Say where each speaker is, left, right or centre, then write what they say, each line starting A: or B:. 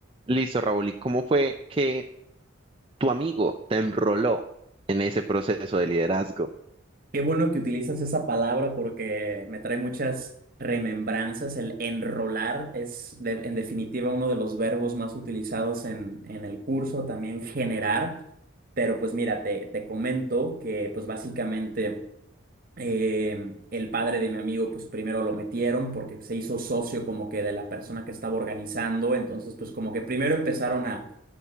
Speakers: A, on the right; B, on the right.
A: Listo, Raúl. ¿Y cómo fue que tu amigo te enroló en ese proceso de liderazgo?
B: Qué bueno que utilizas esa palabra porque me trae muchas remembranzas. El enrolar es, de- en definitiva, uno de los verbos más utilizados en, en el curso, también generar. Pero pues mira, te, te comento que pues básicamente eh, el padre de mi amigo pues primero lo metieron porque se hizo socio como que de la persona que estaba organizando. Entonces pues como que primero empezaron a